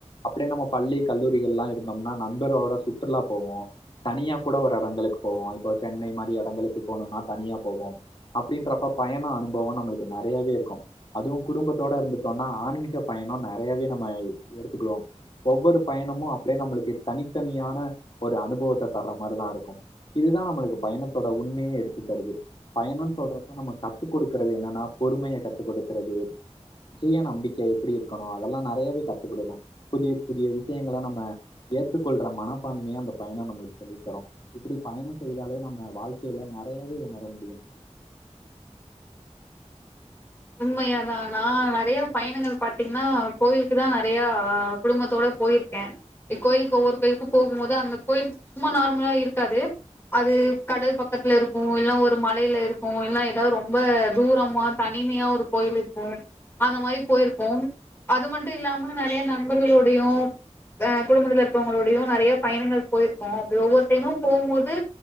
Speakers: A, on the left; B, on the left.
A: அப்டே நம்ம பள்ளி கல்லூரிகள்லா இருந்தம்னா நண்பரோட சுற்றுலா போவோ. தனியா கூட ஒரு எடங்களுக்கு போவோ இப்போ சென்னை மாரி எடங்களுக்கு போணும்னா தனியா போவோம். அப்டின்றப்ப பயண அனுபவோ நம்முளுக்கு நறையாவே இருக்கு. அதுவு குடும்பத்தோட இருந்துட்டோன்னா ஆன்மீக பயணோ நெறையாவே நம்ம எடுத்துக்குறோம். ஒவ்வொரு பயணமு அப்டே நம்மளுக்கு தனித்தனியான ஒரு அனுபவத்த தர்ற மாரிதா இருக்கும். இதுதா நம்மளுக்கு பயணத்தோட உண்மையே எடுத்து தருது. பயணன் சொல்றப்ப நம்ம கத்து குடுக்கறது என்னன்னா பொறுமைய கத்து குடுக்கறது. சுய நம்பிக்கை எப்பிடி இருக்கணு. அதெல்லா நறையாவே கத்து குடுக்கு புதிய புதிய விஷ்யங்கள நம்ம ஏத்துக்கொள்டற மனப்பான்மைய அந்த பயணோ நம்மளுக்கு சொல்லி தரு இப்டி பயணோ செய்தாலே நம்ம வாழ்க்கையில நெறையாவே உணர முடியு
B: உண்மையாதா நா நெறைய பயணங்கள் பாத்தீங்கன்னா கோவிலுக்கு தா நெறையா குடும்பத்தோட போயிருக்க இக் கோயிலுக்கு ஒவ்வொரு பேர்க்கு போம்மொதா அந்த கோயில் சும்மா நார்மல்லா இருக்காது அது கடல் பக்கத்துல இருக்கு இல்ல ஒரு மலையில இருக்கு இல்ல ஏதாது ரொம்ப தூரமா தண் னிமையா ஒரு கோயிலுக் போரது அந்த மாரி போயிருக்கு அது மட்டு இல்லாம நெறைய நண்பர்களுடையு வே குடும்பத்துல இருக்கவங்களளுடையு நெறைய பயணங்கள் போயிருக்கோ அப்டி ஒவ்வொரு டைமு போமோது